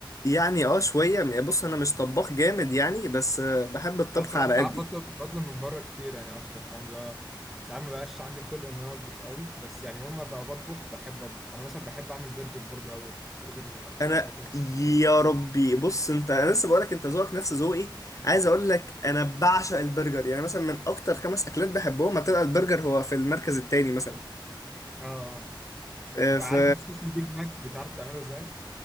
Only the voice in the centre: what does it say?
بس الصراحه
ساعات
بطلب بطلب من بره كتير يعني اكتر فاهم اللي هو ساعات ما بقاش عندي خلق ان انا اطبخ قوي بس يعني يوم ما بقى بطبخ بحب اطبخ انا مثلا بحب اعمل برجر برضه قوي يعني برجر من اكتر
اكلات المفضله
بالنسبه
لي
اه آه. آه.
وعارف
انت صوص البيج ماك بتعرف تعمله ازاي